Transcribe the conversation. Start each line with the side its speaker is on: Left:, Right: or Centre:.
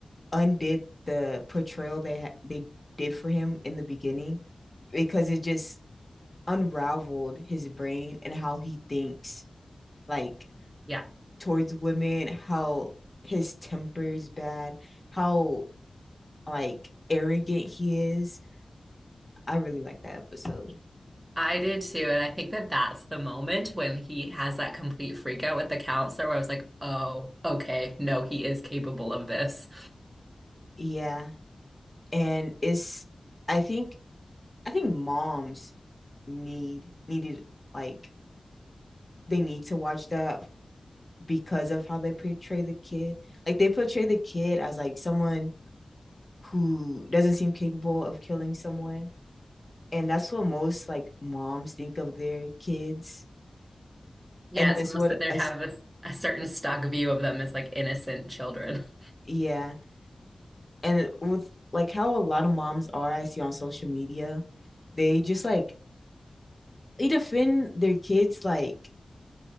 Left: undid the portrayal they ha- they did for him in the beginning because it just unraveled his brain and how he thinks like
Right: Yeah,
Left: towards women, how his temper is bad, how like arrogant he is. I really like that episode.
Right: I did too. And I think that that's the moment when he has that complete freak out with the counselor where I was like, oh, okay, no, he is capable of this.
Left: Yeah. And it's I think I think moms need needed like they need to watch that because of how they portray the kid. Like they portray the kid as like someone who doesn't seem capable of killing someone. And that's what most like moms think of their kids.
Right: Yeah,
Left: And
Right: it's
Left: that's
Right: almost
Left: what
Right: that they
Left: I
Right: have
Left: s-
Right: a, a certain stock view of them as like innocent children. <laughs>
Left: yeah. And with like how a lot of moms are I see on social media, they just like they defend their kids like